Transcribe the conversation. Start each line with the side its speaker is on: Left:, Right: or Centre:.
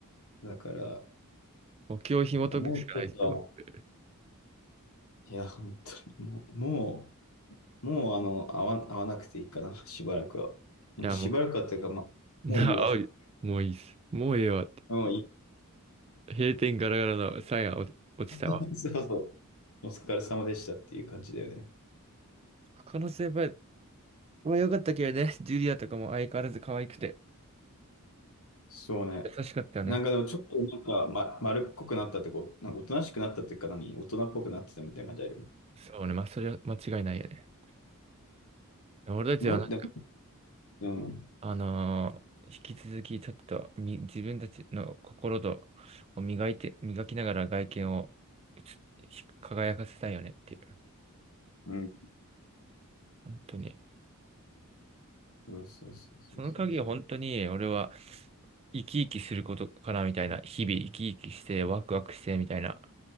Left: だから、
Right: 目標を紐解くしかないっすよ。
Left: もうちょっとあの、
Right: い
Left: いや、本当にもう、もう、もうあの、会わ、会わなくていいかな、しばらくは。もうしばらくはっていうか、
Right: や、もう、
Left: まあ、
Right: なあ、
Left: もういいわ。
Right: おいもういいっす。もうええわって。
Left: もういい。
Right: 閉店ガラガラのサインが落ち落ちたわ。
Left: <laughs> そうそう。お疲れ様でしたっていう感じだよね。
Right: 可能性は、まあ良かったけどね、<laughs> ジュリアとかも相変わらず可愛くて、
Left: そうね。
Right: 優しかったよね。
Left: なんかでもちょっとなんか、ま、丸っこくなったってこう、なんかおとなしくなったっていうか何、大人っぽくなってたみたいな感じあるよね。
Right: そうね、まあそれは間違いないよね。俺たちはなんか、
Left: もっと、うん、
Right: あのー引き続きちょっとみ自分たちの心とを磨いて、磨きながら外見をひ輝かせたいよねっていう。
Left: うん、
Right: 本当に。
Left: そうそうそうそうそうそう。
Right: その鍵は本当に俺は生き生きすることかなみたいな、日々生き生きしてワクワクしてみたいな。